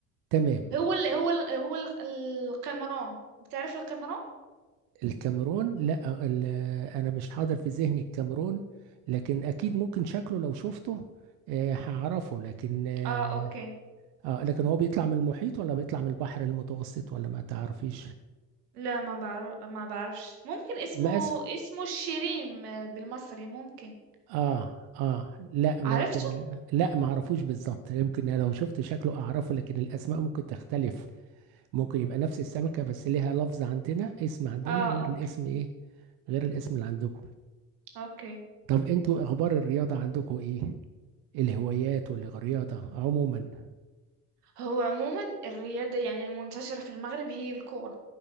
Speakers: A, on the right (about 55°); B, on the right (about 80°).
A: تمام
B: هو ال هو ال هو ال- القمران بتعرف القمران
A: الكاميرون لا ال- انا مش حاضر في ذهني الكاميرون لكن اكيد ممكن شكله لو شفته آه، هعرفه لكن اه
B: اه اوكي
A: آه، لكن هو بيطلع من المحيط ولا بيطلع من البحر المتوسط ولا ما تعرفيش
B: لا ما بعرف ما بعرفش ممكن اسمه
A: مقاس
B: اسمه الشريم آه، بالمصري ممكن
A: اه اه لا
B: عرفته
A: ممكن لا ما اعرفوش بالظبط يمكن لو شفت شكله اعرفه لكن الاسماء ممكن تختلف ممكن يبقى نفس السمكة بس ليها لفظ عندنا اسم عندنا
B: اه
A: غير
B: اوكي
A: الاسم ايه غير الاسم اللي عندكم
B: اوكي
A: طب انتوا اخبار الرياضة عندكم ايه الهوايات والرياضة عموما
B: هو عموما الرياضة يعني المنتشرة في المغرب هي الكورة